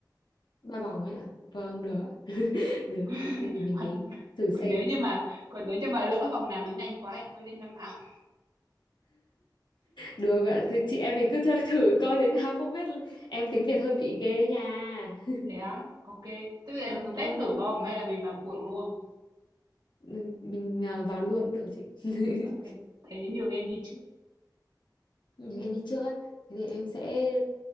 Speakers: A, on the left (about 85°); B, on the right (about 80°).
A: ba vòng ấy ạ vâng được ạ <laughs> được
B: <laughs>
A: thì, thì mình
B: Còn,
A: đếm thử xem
B: còn nếu như mà còn nếu như mà lỡ vòng nào nó nhanh quá thì thôi lên năm vòng.
A: được ạ thì chị em mình cứ chơi thử coi thế nào không biết luôn em tiếng Việt hơi bị ghê đấy nha <laughs>
B: Thế á, ok. Thế bây giờ em
A: vâng
B: muốn test thử không hay là mình vào cuộc luôn?
A: ừ, mình à, vào luôn cũng được chị <laughs>
B: Ok, thế nhường em đi trước.
A: nhưng em đi trước á thế thì em sẽ